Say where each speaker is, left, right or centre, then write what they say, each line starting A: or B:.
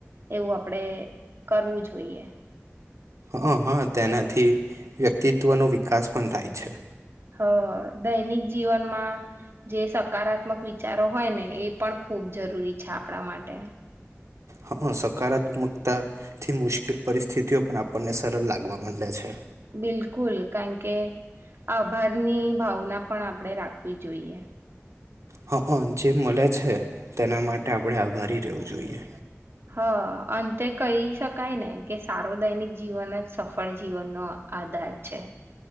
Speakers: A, on the right; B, on the right.
A: એવું આપડે કરવું જોઈએ
B: હ હા તેનાથી વ્યક્તિત્વનો વિકાસ પણ થાય છે
A: હ દૈનિક જીવનમાં જે સકારાત્મક વિચારો હોય ને એ પણ ખૂબ જરૂરી છે આપણા માટે
B: હ સકારાત્મકતાથી મુશ્કેલ પરિસ્થિતિઓ પણ આપણને સરળ લાગવા માંડે છે
A: બિલકુલ કારણ કે આભારની ભાવના પણ આપણે રાખવી જોઈએ
B: હા જે મળે છે તેના માટે આપણે આભારી રહેવું જોઈએ
A: હ અંતે કહી શકાય ને કે સાર્વદૈનિક જીવન જ સફળ જીવનનોો આધાર છે